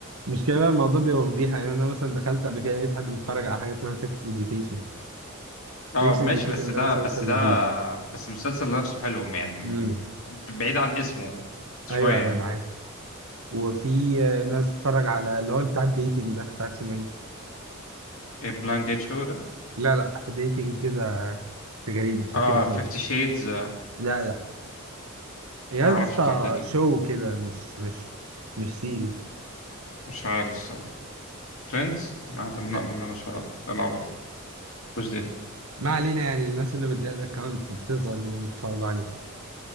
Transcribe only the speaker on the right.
مش كده بقى الموضوع بيبقى فضيحه يعني انا مثلا دخلت قبل كده لقيت حد بيتفرج على حاجه اسمها سكس education
سكس
اديوكيشن
ده مسلسل
لذيذ
امم
ايوه ايوه
انا عارف وفي آه، ناس تتفرج على اللي هو بتاع الديتنج ده مش عارف اسمه ايه
لا لا ديتنج كده غريب مش فاكر
اسمه
ايه
لا لا يا
اسطى
شو كده مش مش مش سيريز
لا
ما علينا يعني الناس اللي مديها الاكونت بتظهر اللي بيتفرجوا عليه